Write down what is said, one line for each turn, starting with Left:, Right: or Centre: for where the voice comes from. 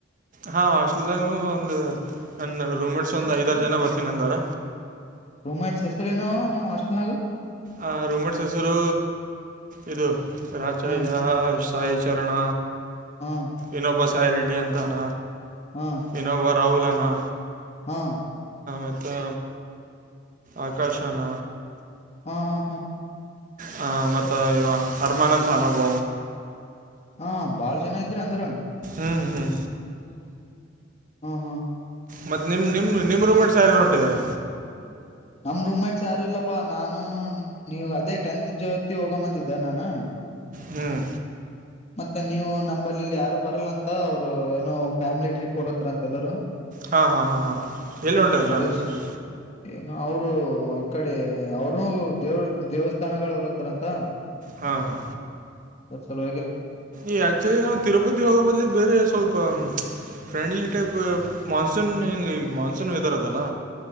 Right: ಹಾ ಹಾಸ್ಟೆಲ್ಾಗ ಒಂದ್ ನನ್ನ ರೂಮೇಟ್ಸ್ ಒಂದ್ ಐದಾರ ಜನ ಬರ್ತೀನಿ ಅಂದಾರ
Left: ರೂಮ್ಟ್ಸ್ ಹೆಸರುೇನವ ನಿಮ್ ಹಸ್ಟೆಲ್ಾಗ
Right: ಆ ರೂಮಡ್ ಹೆಸರು ಇದು ರಚಯ್ಯ
Left: ಹಾ
Right: ಸಾಯಿ ಚರಣ
Left: ಹಾ
Right: ಇನೋಬ ಸ್ಯಾರಿಡಿ ಅಂತಾನ
Left: ಹಾ
Right: ಇನೋಬ ರಹುಲನಾ
Left: ಹಾ
Right: ಮತ್ತು ಆಕಾಶನ
Left: ಹಾ ಹಾ ಹಾ
Right: ಹ ಮತ್ತ ಇವ ಅರಮಾನತ್ ಅನೋಬ
Left: ಹಾ ಬಾಳ ಜನ ಇದ್ರ ಅಂದ್ರ
Right: ಹ್ಮಞ ಹ್ಮಞ
Left: ಹ್ಮ ಹ್ಮ್
Right: ಮತ್ತತ್ ನಿಮ್ ನಿಮ್ ನಿಮ್ ರೂಮ್ ಸಾರ ಹೊಂಿದ್ದಾರೆ
Left: ನಮ ರೂಮ ಮೇಟ್ಸ್ ಯಾರು ಇಲ್ಲಪ್ಪಾ ನಾನು ನೀವ ಅದೇ ಟೆಂತ್ ಜೋತಿ ಹೋಗಂಬಂದಿದ್ದ ನಾನು
Right: ಹ್ಮ್
Left: ಮತ್ತೆ ನೀವು ನಂಬಲ್ಲಿಲ್ಲಿ ಯಾರು ಬರಲ್ಲ ಅಂತ ಅವರು ಏನೋ ಫ್ಯಾಮಿಲಿ ಟ್ರಿಪ್ ಹೋಲತ್ತಾರ ಅಂತೆ ಎಲ್ಲರು
Right: ಹಾಂ ಹಾಂ ಹಾಂ ಹಾಂ ಎಲ್ಲಿ ಉಂಟದ ಫ್ಯಾಮಿಲಿ
Left: ಅದ್ರ
Right: ಟ್ರಿಪ್
Left: ಏನು ಅವರು ಈ ಕಡೆ ಅವರು ದೇವ ದೇವಸ್ಥಾನಗಳು ಹೊಲತ್ತಾರಂತ
Right: ಹಾ ಹಾ
Left: ಅ ಚಲೋ
Right: ಈ ಆಕ್ಚುಲಿ ನಾವು ತಿರುಪತಿ ಹೋಗೋ ಬದ್ಲಿ ಬೇರೆ ಸ್ವಲ್ಪ ಸ್ ಫ್ರೆಂಡ್ಲಿ ಟೈಪ್ ಮಾನ್ಸೂನ್ ಹಿಗೆ ಈಗ ಮಾನ್ಸೂನ್ ವೆದರ್ ಅದಲ್ಲ